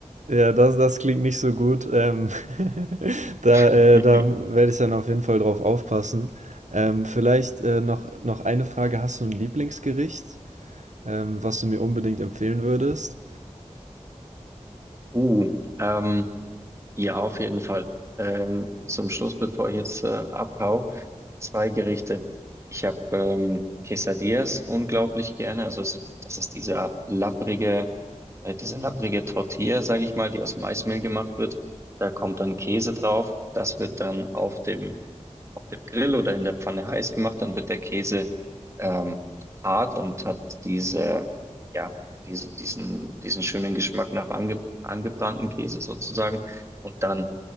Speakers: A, on the right (about 75°); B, on the right (about 25°).
A: ja, das, das klingt nicht so gut. Ähm, <laughs> da,
B: <laughs>
A: äh, da werde ich dann auf jeden Fall drauf aufpassen. Ähm, vielleicht äh, noch, noch eine Frage. Hast du ein Lieblingsgericht, ähm, was du mir unbedingt empfehlen würdest?
B: Uh, ähm, ja, auf jeden Fall. Ähm, zum Schluss, bevor ich jetzt äh, abhau, zwei Gerichte. Ich habe ähm, Quesadillas unglaublich gerne. Also es, das ist dieser lapprige, äh, diese lapprige Tortilla, sage ich mal, die aus Maismehl gemacht wird. Da kommt dann Käse drauf. Das wird dann auf dem, auf dem Grill oder in der Pfanne heiß gemacht. Dann wird der Käse ähm, hart und hat diese, ja, diese, diesen, diesen schönen Geschmack nach ange, angebrannten Käse sozusagen. Und dann